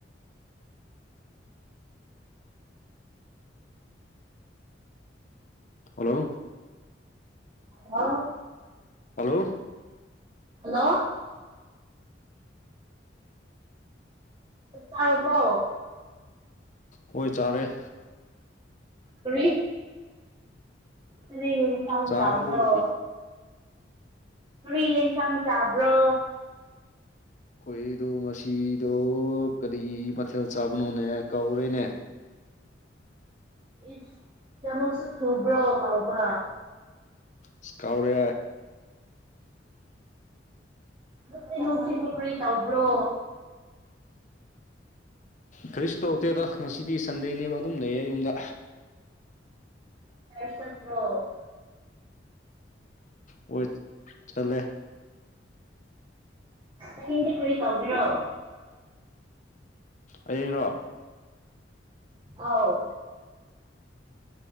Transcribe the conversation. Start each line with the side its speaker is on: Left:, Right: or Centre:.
Left: hello
Right: ꯍꯥꯎ
Left: ꯍꯜꯂꯣ
Right: ꯍꯜꯂꯣ ꯇꯥꯔꯕꯣ
Left: ꯍꯣꯏ ꯆꯥꯒ‌ꯦ
Right: ꯀꯔꯤ ꯀꯔꯤ ꯌꯦꯟꯁꯥꯡ‌
Left: ꯆꯥꯔꯦ
Right: ꯆꯥꯕ꯭ꯔꯣ
Left: ꯑꯩꯈꯣꯏꯗꯣ
Right: ꯀꯔꯤ ꯌꯦꯟꯁꯥꯡ ꯆꯥꯕ꯭ꯔꯣ
Left: ꯑꯩꯈꯣꯏꯗꯣ ꯉꯁꯤꯗꯣ ꯀꯔꯤ ꯃꯊꯦꯜ ꯆꯥꯕꯅꯣꯅꯦ ꯀꯥꯎꯔꯦꯅꯦ
Right: ꯏꯁ ꯀꯌꯥꯃꯨꯛꯁꯨ ꯊꯨꯕ꯭ꯔꯣ ꯀꯥꯎꯕ
Left: ꯏꯁ ꯀꯥꯎꯔꯦ
Right: ꯍꯨꯖꯤꯛ ꯅꯨꯡꯊꯤꯟꯗꯤ ꯀ꯭ꯔꯤ ꯇꯧꯕ꯭ꯔꯣ
Left: ꯀꯔꯤꯁꯨ ꯇꯧꯗꯦꯗ ꯉꯁꯤꯗꯤ ꯁꯟꯗꯦꯅꯦꯕ ꯑꯗꯨꯝ ꯂꯩꯌꯦ ꯌꯨꯝꯗ
Right: ꯆ꯭ꯥꯔꯁ ꯆꯠꯇ꯭ꯔꫭ
Left: ꯑꯣꯏꯠ ꯆꯠꯂꯦ
Right: ꯍꯌꯦꯡꯗꯤ ꯀꯔꯤ ꯇꯧꯒꯦꯔꯣ
Left: ꯑꯩꯔꯣ
Right: ꯑꯥꯎ